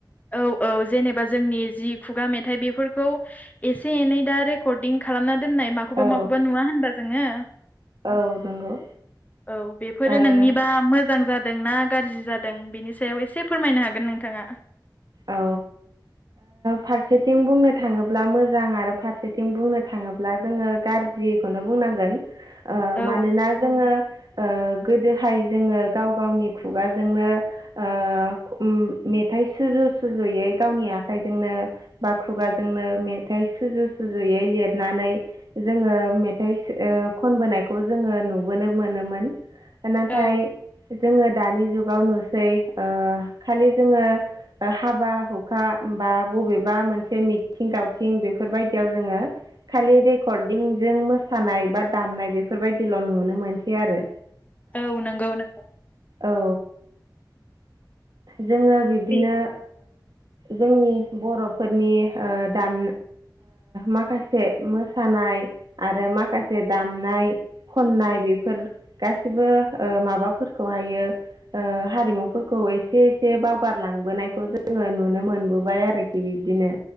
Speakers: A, on the left; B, on the right.
A: औ औ जेनेबा जोंनि जि खुगा मेथाइ बेफोरखौ एसे एनै दा रेकर्डिं खालामना दोननाय माखौबा
B: औ
A: माखौबा नुआ होनबा जोङो।
B: औ नंगौ
A: औ बेफोरो
B: ओ
A: नोंनिबा मोजां जादोंना गाज्रि जादों बेनि सायाव एसे फोरमायनो हागोन नोंथाङा।
B: औ। फारसेथिं बुंनो थाङोब्ला मोजां आरो फारसेथिं बुंनो थाङोब्ला जोङो गाज्रि खौनो बुंनांगोन
A: औ
B: मानोना जोङो। गोदोहाय जोङो गाव गावनि खुगाजोंनो मेथाइ मेथाय सुजु सुजुयै गावनि आखाइजोंनो बा खुगाजोंनो मेथाइ सुजु सुजुयै लिरनानै जोङो मेथाइ खनबोनायखौ जोङो नुबोनो मोनोमोन। नाथाय
A: औ
B: जोङो दानि जुगाव नुसै खालि जोङो हाबा हुखा बा बबेबा मोनसे मिथिं दावथिं बेफोरबायदियाव जोङो खालि रेकर्डिंजों मोसानाय बा दामनाय बेफोरबायदिल' नुनो मोनसै आरो।
A: औ नंगौ नोंथां
B: औ। जोङो बिब्दिनो
A: बे
B: जोंनि बर'फोरनि दाम माखासे मोसानाय आरो माखासे दामनाय खननाय बेफोर गासिबो माबाफोरखौहायो हारिमुफोरखौ एसे एसे एसे बावगारलांबोनायखौ जोङो नुनो मोनबोबाय आरोखि बिब्दिनो